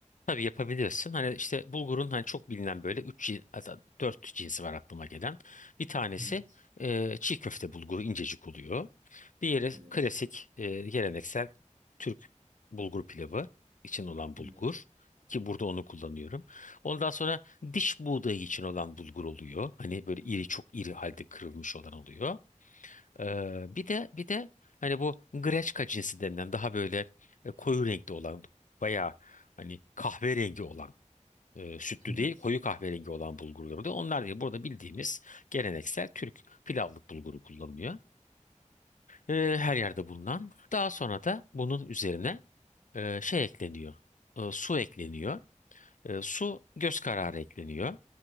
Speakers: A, on the left (about 80°); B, on the right (about 50°).
A: Tabii yapabilirsin. Hani işte bulgurun hani çok bilinen böyle 3 4 cinsi var aklıma gelen. Bir tanesi
B: Evet.
A: e, çiğ köfte bulguru incecik oluyor. Diğeri
B: Evet.
A: klasik e, geleneksel Türk bulgur pilavı için olan bulgur
B: Evet.
A: ki burada onu kullanıyorum. Ondan sonra diş buğdayı için olan bulgur oluyor. Hani böyle iri çok iri halde kırılmış olan oluyor. Ee, bir de bir de hani bu greçka cinsi denilen daha böyle e, koyu renkli olan bayağı hani kahverengi olan e, sütlü
B: Evet.
A: değil koyu kahverengi olan bulgurlar oluyor. Onlar değil burada bildiğimiz geleneksel Türk pilavlık bulguru kullanılıyor. Ee, her yerde bulunan. Daha sonra da bunun üzerine e, şey ekleniyor. E, su ekleniyor. E, su göz kararı ekleniyor.